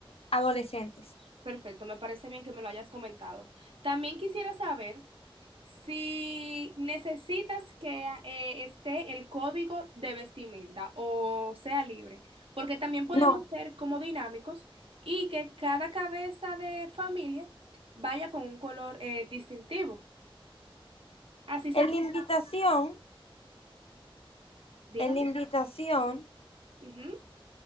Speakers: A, on the left (about 80°); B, on the right (about 70°).
A: adolescentes.
B: perfecto. Me parece bien que me lo hayas comentado. También quisiera saber si necesitas que ah, eh, esté el código de vestimenta o sea libre, porque también podemos
A: No,
B: ser como dinámicos y que cada cabeza de familia vaya con un color eh, distintivo. Así se
A: en
B: puede,
A: la invitación,
B: dígame.
A: en la invitación
B: Ujú.